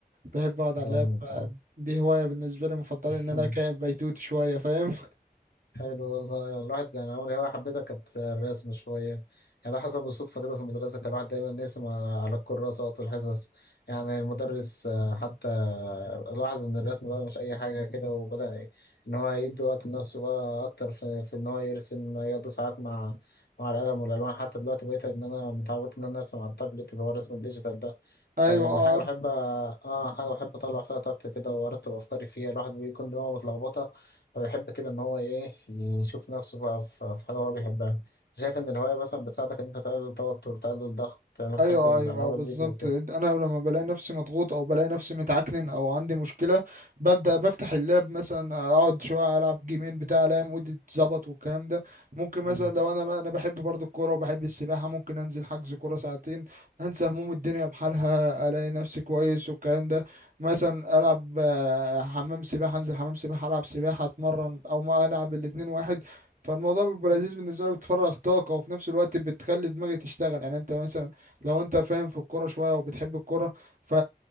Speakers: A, on the right; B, on the left.
A: بحب اقعد على
B: جامد
A: اللاب ف-
B: ده
A: دي هوايه بالنسبه لي مفضله
B: <laughs>
A: ان انا كائن بيتوت شويه فاهم
B: حلو والله الواحد انا اول هوايه حبيتها كانت الرسم شويه يعني ده حصل بالصدفه كده في المدرسه كان الواحد دايما يرسم على الكراسه وقت الحصص يعني المدرس آه، حتى لاحظ ان الرسم بقى مش اي حاجه كده وبدا ان هو يدي وقت لنفسه بقى اكتر في, في ان هو يرسم يقضي ساعات مع مع القلم والالوان حتى دلوقتي بقيت ان انا متعود ان انا ارسم على التابلت اللي هو الرسم الديجيتال ده
A: <laughs> ايوه
B: فيعني حاجه بحب أ- اه حاجه بحب اطلع فيها طاقتي كده وارتب افكاري فيها الواحد بيكون دماغه متلخبطه هو يحب كده ان هو ايه يشوف نفسه بقى في في حاجه هو بيحبها شايف ان الهوايه مثلا بتساعدك ان انت تقلل التوتر تقلل الضغط انا
A: ايوه
B: بحب الالعاب
A: ايوه بالظبط
B: الفيديو كده
A: انا لما بلاقي نفسي مضغوط او بلاقي نفسي متعكنن او عندي مشكله ببدا بفتح اللاب مثلا اقعد شويه العب جيمين بتاع الاقي مودي اتظبط والكلام ده ممكن مثلا
B: مم.
A: لو انا انا بحب برضو الكوره وبحب السباحه ممكن انزل حجز كوره ساعتين انسى هموم الدنيا بحالها الاقي نفسي كويس والكلام ده مثلا العب آه، حمام سباحه انزل حمام سباحه العب سباحه اتمرن او ما العب الاتنين واحد فالموضوع بيبقى لذيذ بالنسبه لي بتفرغ طاقه وفي نفس الوقت بتخلي دماغي تشتغل يعني انت مثلا لو انت فاهم في الكوره شويه وبتحب الكوره ف...